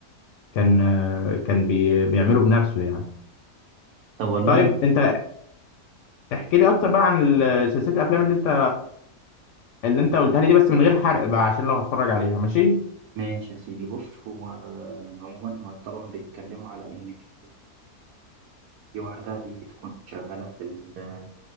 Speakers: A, on the left; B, on the right.
A: كان كان بي... بيعمله بنفسه يعني
B: طب والله
A: طيب انت احكي لي اكتر بقى عن ال- سلسله الافلام اللي انت اللي انت قلتها لي دي بس من غير حرق بقى عشان لو هتفرج عليها ماشي
B: ماشي يا سيدي بص هو آه، عموما هو طبعا بيتكلموا على ان في في واحده دي بتكون شغاله في السي